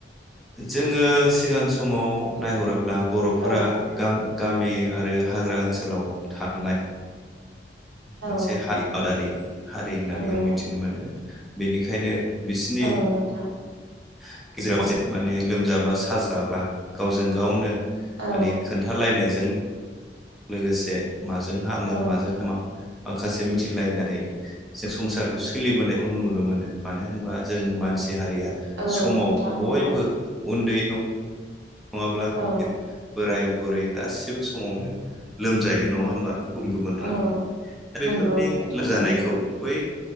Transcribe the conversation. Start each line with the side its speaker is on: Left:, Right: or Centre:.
Centre: जोङो सिगां समाव नायहरोब्ला बर'फोरा
Right: औ
Centre: गाम गामि आरो हाग्रा ओनसोलाव थानाय
Right: औ
Centre: मोनसे हाल आबादारि हारि होननानै
Right: नंगौ
Centre: जों मिथिनो मोनो। बेनिखायनो बिसोरनि
Right: औ नोंथां
Centre: <inaudible> माने लोमजाबा साजाबा गावजों गावनो मानि
Right: औ
Centre: खोन्थालायनायजों लोगोसे माजों हामो
Right: औ
Centre: माजों हामा माखासे मिथिलायनानै जों संसारखौ सोलिबोनायखौ नुनो मोनो। मानो होनबा जों मानसि हारिया
Right: औ
Centre: समाव
Right: नोंथां
Centre: बयबो
Right: नंगौ
Centre: उन्दै न नङाब्ला,
Right: औ
Centre: बोराय बुरै गासिबो समावनो लोमजायो नङा होमबा गुबुन गुबुन रोखोमै
Right: औ
Centre: दा बेफोरबायदि
Right: नंगौ नोंथां
Centre: लोरजानायखौ
Right: नंगौ
Centre: बै